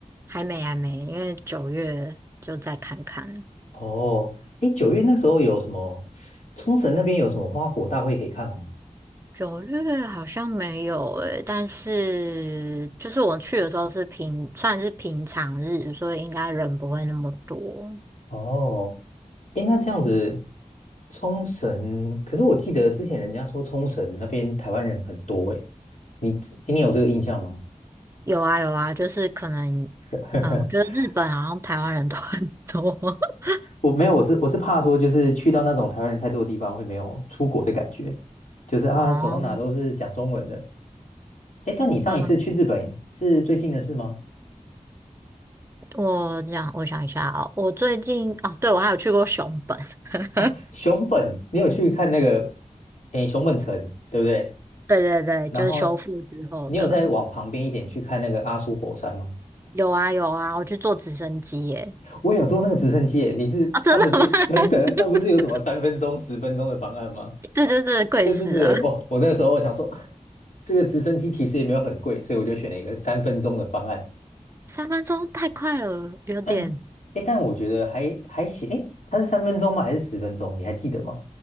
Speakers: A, on the right; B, on the left.
A: 还没还没，因为九月就再看看。
B: 哦，诶，九月那时候有什么？冲绳那边有什么花火大会可以看吗？
A: 九月好像没有诶、但是就是我去的时候是平，算是平常日，所以应该人不会那么多。
B: 哦，诶，那这样子，冲绳，可是我记得之前人家说冲绳那边台湾人很多，诶，你你有这个印象吗？
A: 有啊有啊，就是可能，
B: <laughs>
A: 嗯，我觉得日本好像台湾人都很多。<laughs>
B: 我没有，我是我是怕说，就是去到那种台湾人太多的地方，会没有出国的感觉，就是啊，
A: 哦，
B: 走到哪都是讲中文的。诶，但你上一次去日本是最近的事吗？
A: 嗯，我这样我想一下哦，我最近哦，对，我还有去过熊本，<laughs>
B: 哦，熊本，你有去看那个，诶，熊本城，对不对？
A: 对对对，
B: 然后
A: 就是修复之后的。
B: 你有再往旁边一点去看那个阿苏火山吗？
A: 有啊有啊，我去坐直升机耶、
B: 我有坐那个直升机耶，你是，
A: 啊，真的吗？
B: 它不是真的，它不是有什么三分钟、
A: <laughs>
B: 十分钟的方案吗？
A: 对对对，贵死了！
B: 对对对对，哦，我那个时候我想说，这个直升机其实也没有很贵，所以我就选了一个三分钟的方案。
A: 三分钟太快了，有点。
B: 但，诶，但我觉得还还行，诶，它是三分钟吗？还是十分钟？你还记得吗？